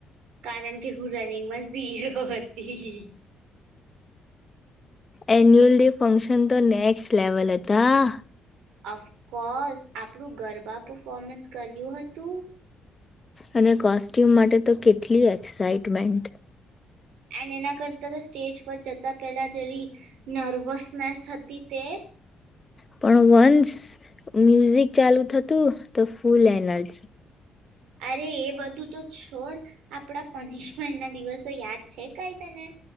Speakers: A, on the right; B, on the left.
A: કારણ કે હું રનિંગમાં ઝીરોત. હ હ.
B: એન્યુઅલ ડે ફંક્શન તો નેક્સ્ટ લેવલ હતા.
A: અફકોસ આપણું ગરબા પફોમન્સ કર્યું હતું.
B: અને કોસ્ટ્યુમ માટે તો કેટલી એક્સાઈટમેન્ટ.
A: એન્ડ એના કરતા તો સ્ટેજ પર જતા પહેલા જેલી નર્વસનેસ હતી તે.
B: પણ વન્સ મ્યુઝિક ચાલુ થતું તો ફૂલ એનર્જી.
A: અરે એ બધું તો છોડ આપણા પનિશમેન્ટ ના દિવસો યાદ છે કઈ તને.